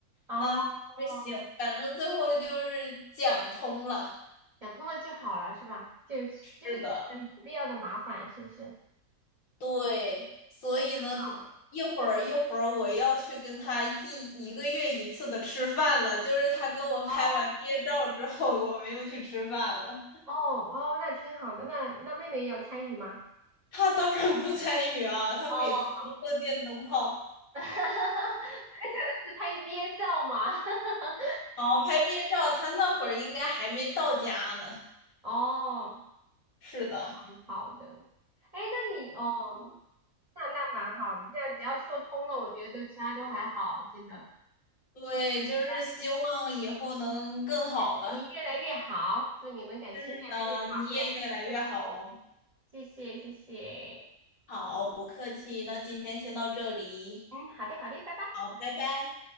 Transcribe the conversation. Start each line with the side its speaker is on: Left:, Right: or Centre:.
Right: 哦哦，
Left: 那就行，反正最后就是讲通了。
Right: 讲通了就好了是吧？就就是产生不必要的麻烦是不是？
Left: 是的，对，所以呢，
Right: 那好。
Left: 等一会儿一会儿我要去跟他一一个月一次的吃饭了，就是他跟我拍完毕业照之后，
Right: 哦
Left: 我们又去吃饭了。
Right: 哦哦，那挺好的。那那妹妹也有参与吗？
Left: 他当然不参与啊，他每次都做电灯泡。
Right: 哦，<laughs> 我在想的是拍毕业照嘛。<laughs> 哈哈哈
Left: 好，拍毕业照，他那会儿应该还没到家呢。
Right: 哦，
Left: 是的，
Right: 蛮好的。哎，那你哦，那那蛮好，你这样只要说通了，我觉得其他都还好，真的。
Left: 对，就是希望以后能更好吧。
Right: 感感情越来越好，祝你们感情越来越好，
Left: 是的，你也越来越好哦。
Right: 越来越幸福。谢谢，谢谢。
Left: 好，不客气，那今天先到这里。
Right: 嗯，好的，好的，拜拜。
Left: 好，拜拜。